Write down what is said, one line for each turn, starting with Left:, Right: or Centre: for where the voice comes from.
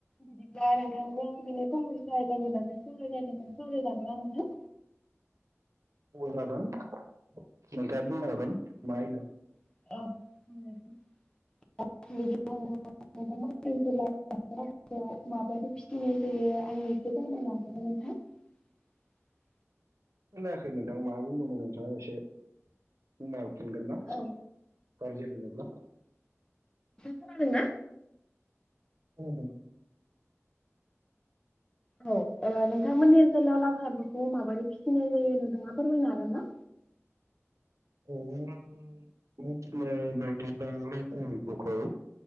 Left: बिदिब्ला नोंथांजों <unintelligible> आयदानि बागै सावरायजागोन ना नोंथां?
Right: औ जागोन नोंथाङा बुंनोहागोन मा आइदा।
Left: <unintelligible> माबदि फिसिनाय जायो आंनो एसे फोरमायनो हागोनना नोंथां?
Right: खोनायाखै नोंथां मा बुंदोंमोन नोंथाङा एसे बुंना फिनगोन ना गाज्रि
Left: औ
Right: मोनोब्ला?
Left: खोनादों ना?
Right: <unintelligible>
Left: औ ओ नोंथांमोननि ओनसोलाव लाथा एमफौखौ माबोरै फिसिनाय जायो नोंथाङा फोरमायनो हागोन ना?
Right: ओ आं मिथिनाय बादिब्ला लाथा एम्फौ खौ